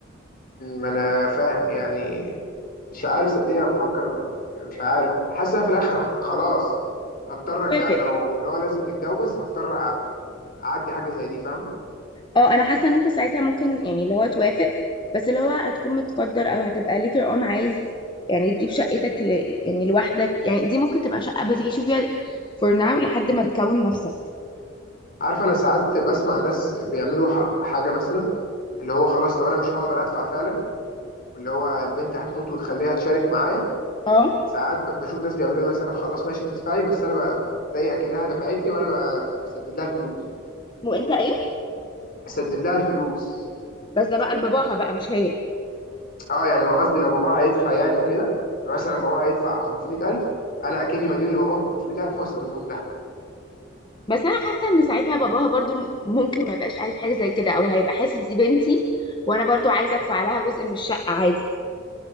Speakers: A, on the left; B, on the left.
A: ما انا فاهم يعني مش عارف صدقني انا بفكر يعني مش عارف حاسس إن أنا في الاخر هت... خلاص هضطر
B: هتوافق
A: أتج... لو لو هو لازم نتجوز هضطر أع- اعدي حاجه زي دي فاهمه
B: اه انا حاسه ان انت ساعتها ممكن يعني اللي هو توافق بس اللي هو هتكون متقدر او هتبقى later on عايز يعني تجيب شقتك ل... يعني لوحدك يعني دي ممكن تبقى شقه بتعيشوا فيها for now لحد ما تكون نفسك
A: عارف انا ساعات بسمع ناس بيعملوا حركه حاجه مثلا اللي هو خلاص لو انا مش هقدر ادفع فعلا واللي هو البنت هتموت وتخليها تشارك معايا
B: اه
A: ساعات ب... بشوف ناس بيعملوا إيه مثلا خلاص ماشي تدفعي بس انا ب... زي اكنها دفعت لي وانا ب... بسدد لها الفلوس
B: وانت ايه
A: بسدد لها الفلوس
B: بس ده بقى لباباها بقى مش هي
A: اه يعني ما قصدي لو باباها هيدفع يعني وكده يعني مثلا باباها هيدفع 500000 انا اكني مديون لباباها 500000 وسددهم لها
B: بس انا حاسه ان ساعتها باباها برضو ممكن ما يبقاش عايز حاجه زي كده او هيبقى حاسس دي بنتي وانا برضو عايزه ادفع لها جزء من الشقه عادي